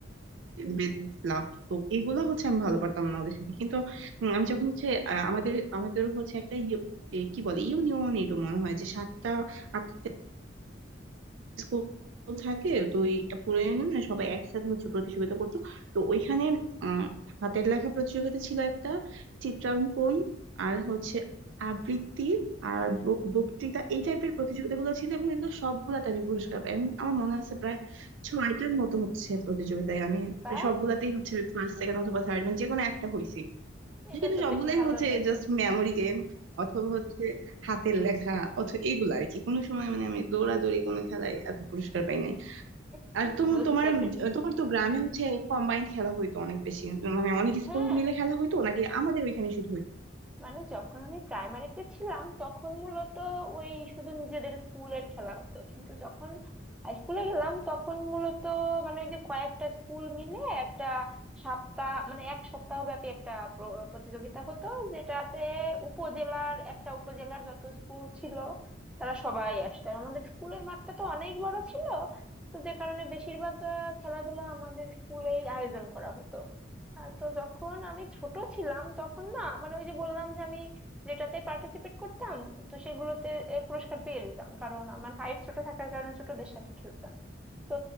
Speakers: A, on the right; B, in the centre.
A: বেত লাফ তো এগুলো হচ্ছে আমি ভালো পারতাম না ওদের সাথে কিন্তু উম, আমি যখন হচ্ছে আ, আমাদের আমাদের হচ্ছে একটা ইউ- এ, কি বলে ইউনিয়ন এরকম মনে হয় যে সাতটা আটটা স্কুল থাকে তো ওই পুরানো না সবাই একসাথে হচ্ছে প্রতিযোগিতা করতো তো ওইখানে উম হাতের লেখা প্রতিযোগিতা ছিল একটা চিত্রাঙ্কন আর হচ্ছে আবৃত্তি আর বক- বক্তৃতা এই টাইপের প্রতিযোগিতাগুলো ছিল এবং এগুলো সবগুলাতে আমি পুরস্কার পাই এবং আমার মনে আছে প্রায় ছয়টার মতো হচ্ছে প্রতিযোগিতায় আমি
B: বা
A: সবগুলাতেই হচ্ছে ফার্স্ট সেকেন্ড অথবা থার্ড মানে যে কোনো একটা হয়েছি
B: এটা
A: কিন্তু
B: তো
A: সবগুলাই
B: বেশ ভালো
A: হচ্ছে
B: ব্যাপার
A: জাস্ট মেমোরি গেম অথবা হচ্ছে হাতের লেখা অথবা এগুলো আর কি কোনো সময় মানে আমি দৌড়াদৌড়ি কোনো খেলায় এত পুরস্কার পাই নাই
B: <laughs>
A: আর তুমি
B: বুঝতে
A: তোমার
B: পেরেছি
A: তোমার তো গ্রামে হচ্ছে কম্বাইন্ড খেলা হইতো অনেক বেশি মানে অনেক
B: হ্যাঁ
A: স্কুল মিলে খেলা হইতো নাকি আমাদের ওইখানে শুধু হইতো
B: মানে যখন আমি প্রাইমারিতে ছিলাম তখন মূলত ওই শুধু নিজেদের স্কুলের খেলা হতো কিন্তু যখন হাই স্কুলে গেলাম তখন মূলত মানে ওই যে কয়েকটা স্কুল মিলে একটা সপ্তাহ মানে এক সপ্তাহ ব্যাপী একটা প্র- প্রতিযোগিতা হতো যেটাতে উপজেলার একটা উপজেলার যত স্কুল ছিল তারা সবাই আসতো আর আমাদের স্কুলের মাঠটা তো অনেক বড় ছিল তো যে কারণে বেশিরভাগ আহ, খেলাধুলা আমাদের স্কুলেই আয়োজন করা হতো আহ, তো যখন আমি ছোট ছিলাম তখন না মানে ওই যে বললাম যে আমি যেটাতে পার্টিসিপেট করতাম তো সেগুলোতে এ, পুরস্কার পেয়ে যেতাম কারণ আমার হাইট ছোট থাকার কারণে ছোটদের সাথে খেলতাম তো